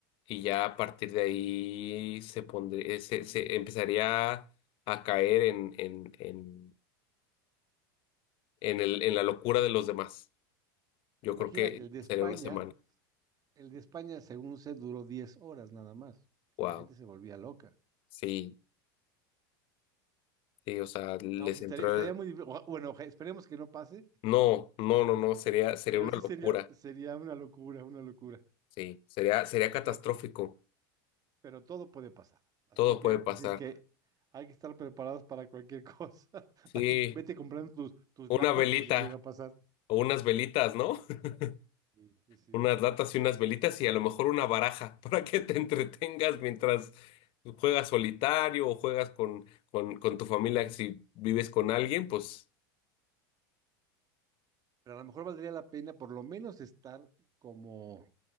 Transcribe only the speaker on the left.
y ya a partir de ahí se pondría, se, se empezaría a caer en, en, en, en el, en la locura de los demás. Yo
creo que
sería
una semana.
Wow.
Sí, sí, o sea, les
entró.
No, no, no, no, sería, sería
una
locura.
Sí, sería, sería catastrófico.
Todo
puede pasar.
Sí,
una velita
o unas velitas, ¿no? <laughs>
Unas latas y unas velitas y a lo mejor una baraja <laughs> para que te entretengas mientras juegas solitario o juegas con, con, con tu familia. Si vives con alguien, pues